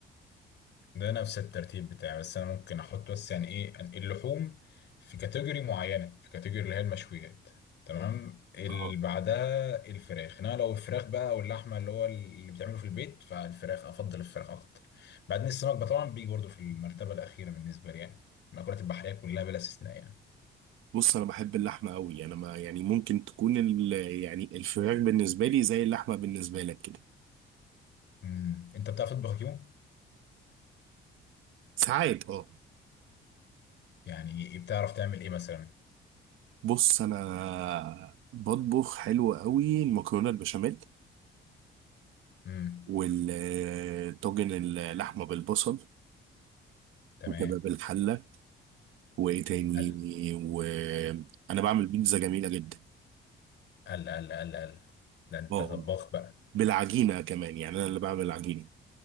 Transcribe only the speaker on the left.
ده نفس الترتيب بتاعي بس انا ممكن احط بس يعني ايه أن- اللحوم في كاتيجوري معينه في كاتيجوري اللي هي المشويات تمام اللي
بعدها الفراخ انما لو الفراخ بقى او اللحمه اللي هو اللي بتعمله في البيت فالفراخ افضل الفراخ اكتر بعدين السمك بقى طبعا بيجي برضه في المرتبه الاخيره بالنسبه لي يعني المأكولات البحريه كلها بلا استثناء يعني
امم انت بتعرف تطبخ يا كيمو
يعني إيه- بتعرف تعمل ايه مثلا
امم
تمام
قال
قال قال قال قال ده انت
طباخ بقى